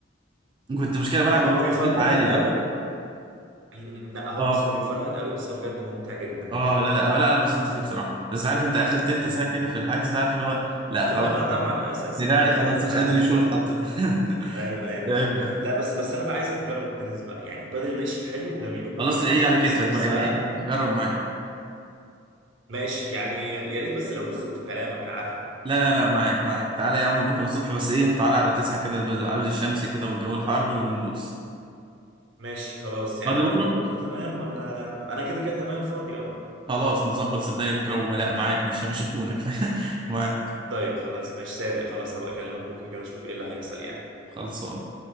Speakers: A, on the right; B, on the right.
A: <laughs> كنت مشكله
B: لا
A: بلعب
B: ما
A: مع
B: هو
A: ناس
B: بيفرهد
A: كتير عالي
B: قوي
A: بقى
B: مم. لا هو
A: اه
B: بس هو بيفرهد قوي بس هو بجد ممتع جدا
A: اه
B: بجد
A: لا لا آه، لا انا اتبسطت فيه بصراحه بس عارف انت اخر تلت
B: مم.
A: ساعه كده في الحجز ده عارف اللي هو لا
B: لا
A: خلاص
B: لا ما طبعا
A: <laughs>
B: آه، اساسي
A: دراعي
B: انت هتقولي
A: خلاص
B: ما
A: مش
B: انا عارفك
A: قادر يشوط
B: اه
A: حتى <laughs>
B: ايوه ايوه
A: ده عيب،
B: ايوه
A: لا
B: لا بس بس انا بقى عايزك تجرب التنس بقى يعني البادل ماشي حلو وجميل وكل
A: خلاص
B: حاجه
A: عيد على كتفك
B: بس التنس
A: بقى يعني
B: بقى
A: ايه جرب معايا
B: ماشي يعني يا ريت بس لو تزقوا في كلامك انا عارف
A: لا لا لا معاك معاك تعالى يا عم بكرة الصبح بس ايه تعالى على تسعة كده بس- قبل الشمس كده والجو الحر وندوس
B: ماشي خلاص يعني
A: فاضي
B: لو
A: بكرة
B: كلمتك بكره تمام ولا انا كده كده تمام فاضي اه
A: خلاص نظبط صدقني بكرة ولا معاك مش مش اخونك <laughs> معاك
B: طيب خلاص ماشي صادق خلاص هبقى اكلمك بكره كده اشوف ايه اللي هيحصل يعني
A: خلصان